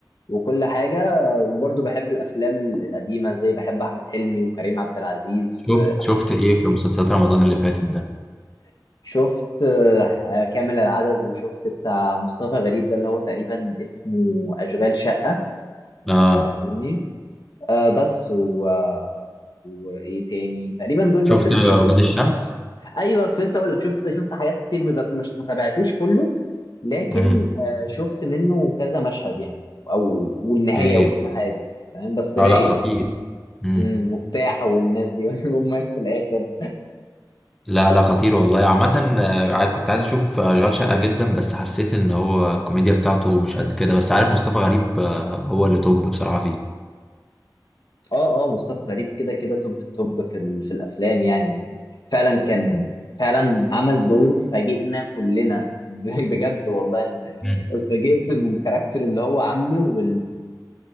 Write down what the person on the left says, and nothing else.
وكل حاجه وبرضه بحب الافلام ال- القديمه زي بحب احمد حلمي وكريم عبد العزيز
وأفلام-
<laughs> شفت آه، كامل العدد وشفت بتاع مصطفى غريب ده اللي هو تقريبا اسمه اشغال شقه
فاهمني آه بس و آه، وايه تاني تقريبا دول بس
اللي
شفتهم
ايوه كنت لسه اقول لك شفت شفت حاجات كتير من- بس مش ما تابعتوش كله لكن
آه، شفت منه كذا مشهد يعني او والنهايه
وكل حاجه فاهم بس رايق
جدا
امم مفتاح والناس دي <laughs> والناس في الاخر
اه اه مصطفى غريب كده كده توب التوب في ال... في الافلام يعني يعني فعلا كان فعلا عمل دور فاجئنا كلنا <laughs> بجد والله انا
اتفاجئت من الكاركتر اللي هو عامله